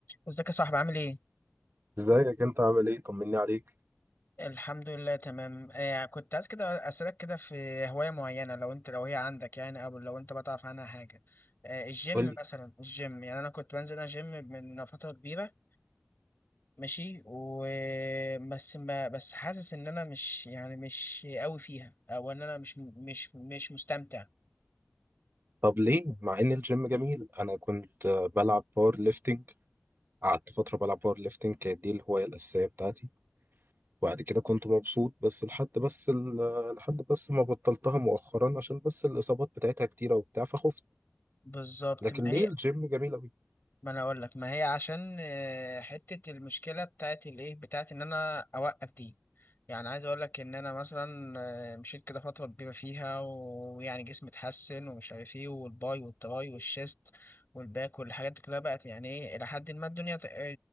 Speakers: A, on the left (about 55°); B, on the right (about 55°).
A: ازيك يا صاحبي عامل ايه؟
B: ازيك انت عامل ايه طمني عليك
A: الحمد لله تمام آه كنت عايز كده اسألك كده في هواية معينة لو انت لو هي عندك يعني او لو انت بتعرف عنها حاجة آه الجيم
B: قول لي
A: مثلا الجيم يعني انا كنت بنزل انا جيم من فترة كبيرة ماشي و بس ما بس حاسس ان انا مش يعني مش قوي فيها او ان انا مش مش مش مستمتع
B: طب ليه مع ان الجيم جميل انا كنت آه، بلعب باور ليفتنج قعدت فتره بلعب باور ليفتنج كانت دي الهوايه الاساسيه بتاعتي وبعد كده كنت مبسوط بس لحد بس ال- آه، لحد بس ما بطلتها مؤخرا عشان بس الاصابات بتاعتها كتيره وبتاع فخفت
A: بالظبط
B: لكن
A: ما
B: ليه
A: هي
B: الجيم جميل قوي
A: ما انا اقول لك ما هي عشان آه، حته المشكله بتاعت الايه بتاعت ان انا اوقف دي يعني عايز اقول لك ان انا مثلا آه، مشيت كده فتره كبيره فيها ويعني جسمي اتحسن ومش عارف ايه والباي والتراي والشيست والباك والحاجات دي كلها بقت يعني ايه الى حد ما الدنيا ت- آه،